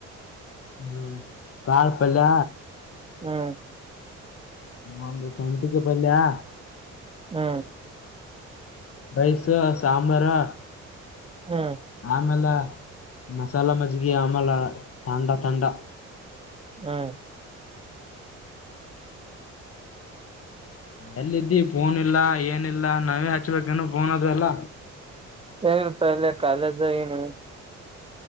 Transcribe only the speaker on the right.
ಹ್ಮ್
ಹ್ಮ
ಹ್ಮ್
ಹ್ಮ
ಏ ಪ ಅಲ್ಲ ಕಾಲಜ ನು